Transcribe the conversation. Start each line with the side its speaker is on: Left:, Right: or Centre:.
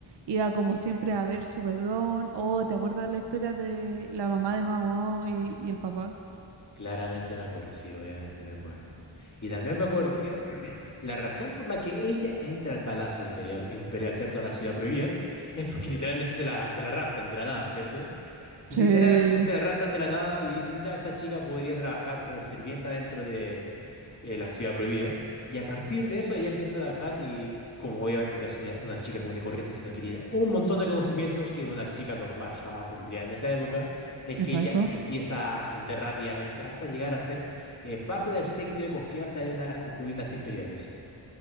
Right: iba como siempre a ver su perdón. Oh, ¿te acuerdas la historia de la mamá de Mao Mao y, y el papá?
Left: Claramente me acuerdo, sí, obviamente me acuerdo. Y también me acuerdo que <clears throat> la razón por la que ella entra al Palacio Imperial, Imperial, ¿cierto? A la Ciudad Prohibida, <laughs> es porque literalmente se la, se la raptan de la nada, ¿cierto? Y
Right: Sí,
Left: literalmente se la raptan de la nada y dicen, ya, esta chica podría trabajar como sirvienta dentro de eh, la Ciudad Prohibida. Y a partir de eso ella empieza a trabajar y como obviamente no es una, una chica común y corriente, sino que tiene un montón de conocimientos que una chica normal jamás tendría en esa época es
Right: exacto.
Left: que ella empieza a ascender rápidamente hasta llegar a ser eh, parte del séquito de confianza de una de las concubinas imperiales.